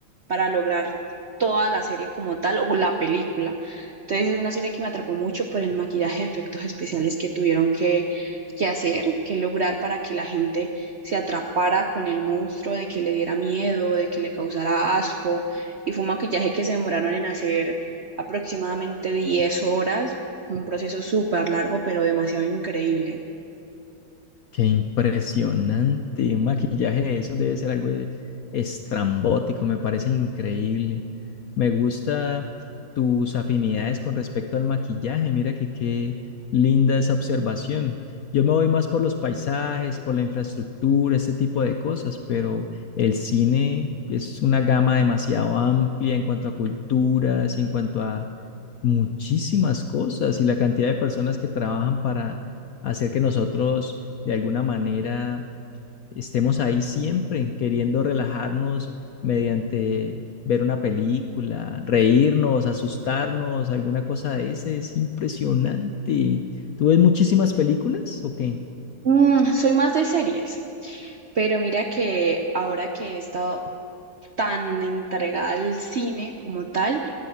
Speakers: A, on the right (about 60°); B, on the left (about 70°).
A: para lograr toda la serie como tal o la película. Entonces es una serie que me atrapó mucho por el maquillaje de efectos especiales que tuvieron que, que hacer, que lograr para que la gente se atrapara con el monstruo, de que le diera miedo, de que le causara asco. Y fue un maquillaje que se demoraron en hacer aproximadamente 10 horas un proceso súper largo, pero demasiado increíble.
B: Qué impresionante. Un maquillaje de eso debe ser algo e- estrambótico, me parece increíble. Me gusta tus afinidades con respecto al maquillaje. Mira que qué linda esa observación. Yo me voy más por los paisajes, por la infraestructura, este tipo de cosas, pero el cine es una gama demasiado amplia en cuanto a culturas y en cuanto a muchísimas cosas y la cantidad de personas que trabajan para hacer que nosotros de alguna manera estemos ahí siempre, queriendo relajarnos mediante ver una película, reírnos, asustarnos, alguna cosa de esa. Es impresionante. ¿Tú ves muchísimas películas o qué?
A: Mm, soy más de series, pero mira que ahora que he estado tan entregada al cine como tal,